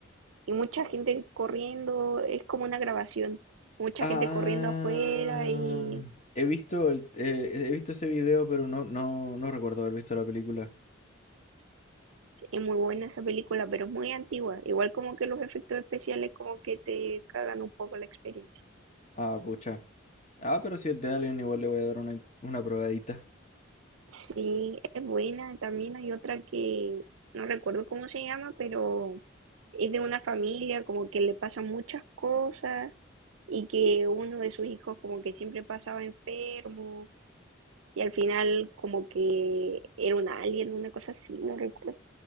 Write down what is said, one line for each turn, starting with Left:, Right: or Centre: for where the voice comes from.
Right: y mucha gente corriendo. Es como una grabación. Mucha
Left: Ah,
Right: gente corriendo afuera y
Left: he visto el, eh, he visto ese video, pero no, no, no recuerdo haber visto la película.
Right: es muy buena esa película, pero es muy antigua. Igual como que los efectos especiales como que te cagan un poco la experiencia.
Left: Ah, pucha. Ah, pero si es de Alien, igual le voy a dar una, una probadita.
Right: Sí, es buena. También hay otra que no recuerdo cómo se llama, pero es de una familia como que le pasan muchas cosas y que uno de sus hijos como que siempre pasaba enfermo y al final como que era un alien, una cosa así, no recuerdo.